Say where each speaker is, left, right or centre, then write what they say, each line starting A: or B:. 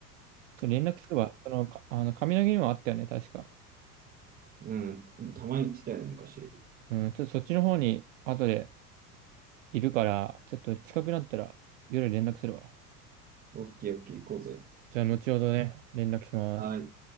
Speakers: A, on the right; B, on the right.
A: ちょっと連絡すれば、その、かあの、髪の毛にもあったよね、確か。
B: うん。たまに言ってたよね、昔。
A: うん、ちょっとそっちの方に、後で、いるから、ちょっと近くなったら夜連絡するわ。
B: オッケーオッケー行こうぜ。
A: じゃあ、後ほどね、連絡します。
B: はい。